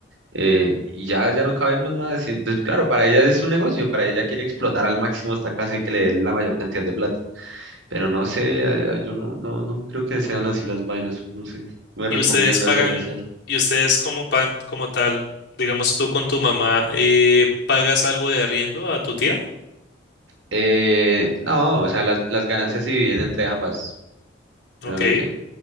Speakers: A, on the right; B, on the left.
A: eh, y ya, ya no cabemos más. y Entonces, claro, para ella es un negocio, para ella quiere explotar al máximo esta casa y que le dé la mayor cantidad de plata, pero no sé, a- a- yo no, no, no creo que sean así las vainas, no sé. ¿Me
B: ¿Y
A: recomiendas
B: ustedes pagan,
A: ahí hacer?
B: y ustedes como, pan- como tal, digamos tú con tu mamá, eh, pagas algo de arriendo a tu tía?
A: Eh, no, o sea, las, las ganancias se dividen entre ambas, realmente.
B: Ok,